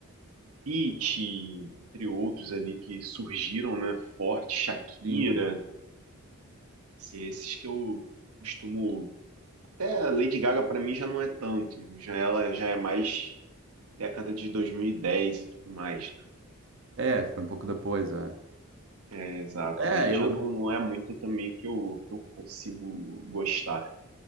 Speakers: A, on the right (about 85°); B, on the right (about 55°).
A: Pitty, entre outros ali que surgiram, né? Forte, Shakira.
B: sim.
A: Assim, esses que eu costumo. Até Lady Gaga para mim já não é tanto. Já ela já é mais década de 2010 e dez e tudo mais. né?
B: É, foi um pouco depois, é.
A: Exato.
B: É,
A: Aí
B: eu.
A: já não, não é muito também o que eu, que eu consigo gostar.